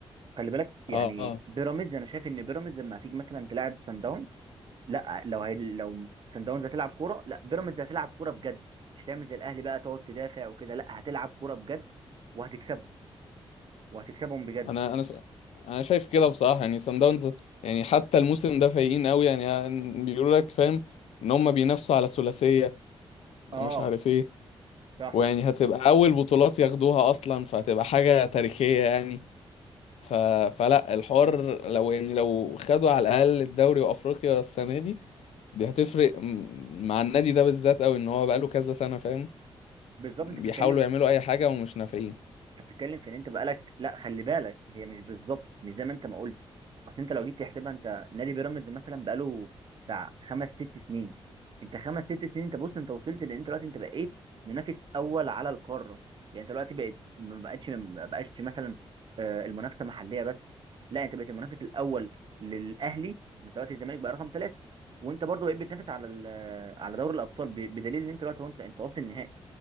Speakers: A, on the right (about 50°); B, on the left (about 80°).
A: خلي بالك يعني
B: اه
A: بيراميدز انا شايف ان بيراميدز لما هتيجي مثلا تلعب سان داونز لا لو هي لو سان داونز هتلعب كوره لا بيراميدز هتلعب كوره بجد مش هتعمل زي الاهلي بقى تقعد تدافع وكده لا هتلعب كوره بجد وهتكسبهم وهتكسبهم بجد
B: انا انا ش... انا شايف كده بصراحه يعني سان داونز يعني حتى الموسم ده فايقين قوي يعني يعني بيقولوا لك فاهم ان هم بينافسوا على ثلاثيه
A: اه
B: ومش عارف ايه
A: صح
B: ويعني هتبقى اول بطولات ياخدوها اصلا فهتبقى حاجه تاريخيه يعني ف... فلا الحوار لو يعني لو خدوا على الاقل الدوري وافريقيا السنه دي دي هتفرق م- مع النادي ده بالذات قوي ان هو بقاله كذا سنه فاهم
A: بالظبط انت
B: بيحاولوا
A: بتتكلم
B: يعملوا اي حاجه ومش نافعين
A: انت بتتكلم في ان انت بقالك لا خلي بالك هي مش بالظبط مش زي ما انت ما قلت اصل انت لو جيت تحسبها انت نادي بيراميدز مثلا بقاله بتاع خمس ست سنين انت خمس ست سنين انت بص انت وصلت لان انت دلوقتي انت بقيت منافس اول على القاره يعني انت دلوقتي بقيت ما بقتش ما بقاش مثلا آه، المنافسه محليه بس لا انت بقيت المنافس الاول للاهلي ما انت دلوقتي الزمالك بقى رقم ثلاثه وانت برضه بقيت بتنافس على ال- على دوري الابطال ب- بدليل ان انت دلوقتي هو انت انت واصل نهائي